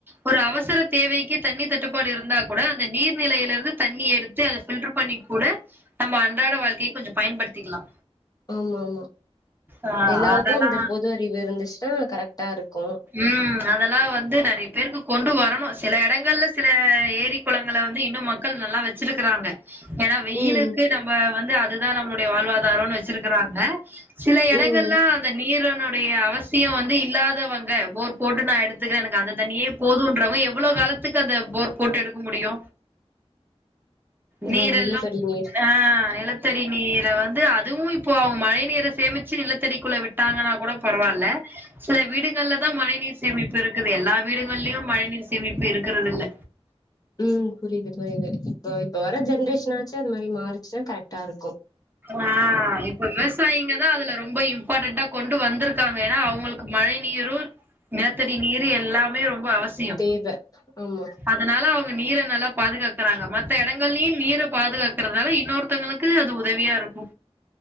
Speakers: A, on the right; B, on the left.
A: ஒரு அவசர தேவைக்கு தண்ணி தட்டுப்பாடு இருந்தா கூட அந்த நீர்நிலையில இருந்து தண்ணி எடுத்து அத ஃபில்ட்ரு பண்ணி கூட நம்மோ அன்றாட வாழ்க்கைக் கொஞ்ச பயன்படுத்திக்குலா
B: ஆமா ஆமா
A: ஆ
B: எல்லாருக்கு
A: அதெலா
B: அந்த பொது அறிவு இருந்துச்சுன்னா கரெக்டா இருக்கு
A: ம் அதெல்லா வந்து நெறைய பேர்க்கு கொண்டு வரணு செல எடங்கள்ல சில ஏரி குளங்கள வந்து இன்னு மக்கள் நல்லா வெச்சிருக்குறாங்க ஏனா வெயிலுக்கு
B: ம்
A: நம்ம வந் து அதுதா நம்முடைய வாழ்வாதாரோனு வெச்சிருக்குறாங்க சில எடங்கள்லா
B: ம்
A: அந்த நீரு னுடைய அவசியோ வந்து இல்லாதவங்க போர் போட்டு நா எடுத்துக்கிறே எனக்கு அந்த தண்ணியே போதுன்றவ எவ் ளோ காலத்துக்கு அத போர் போட்டு எடுக்க முடியு
B: அதா
A: நீரெல்லாம்
B: நிலத்தடி நீர்
A: ஆ நெல த்தடி நீர வந்து அதுவு இப்போ அவுங் மழை நீர சேமிச்சு நிலத்தடிக்குள்ள விட்டாங்கனா கூட பரவால்ல சில வீடுகள்லதா மழை நீர் சேமிப்பு இருக்குது எல்லா வீடுகள்லியு மழைநீர் சேமிப்பு இருக்குறதில்ல
B: ம் புரிது புரிது இப்ப இப்போ வர ஜென்ரேஷனாச்சு அது மாரி மாறுச்சுனா கரெக்டாருக்கு
A: ஆ இப்ப விவசாயிங்க தா அதுல ரொம்ப இம்பார்ட்டன்ட்டா கொண்டு வந்திருக்காங்க ஏனா அவுங்களுக் மழை நீரூ நிலத்தடி நீரு எல்லாமே ரொம்ப அவஸ் சியோ
B: தேவ ஆமா
A: அதனால அவுங்க நீர நல்லா பாதுகாக் குறாங்க மத்த எடங்கள்லியும் நீர பாதுகாக்குறதுனாலயும் இன்னொருத்தங்களுக்கு அது ஒ உதவியா இருக்கு